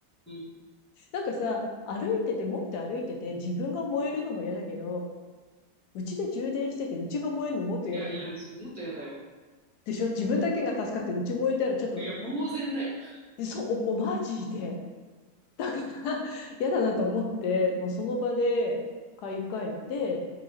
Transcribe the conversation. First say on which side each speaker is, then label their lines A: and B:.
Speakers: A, on the left; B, on the left.
A: うん。い
B: <laughs> なんかさ、歩いてて、持って歩いてて、自分が燃えるのも嫌だけど、うちで充電してて、うちが燃えるのもっと嫌じゃない
A: やいや、もっと嫌だよ。
B: でしょ自分だけが助かって、うち燃えたらちょっと、
A: いや、呆然だよ。
B: そう、もうマジで。だから、<laughs> 嫌だなと思って、もうその場で買い替えて、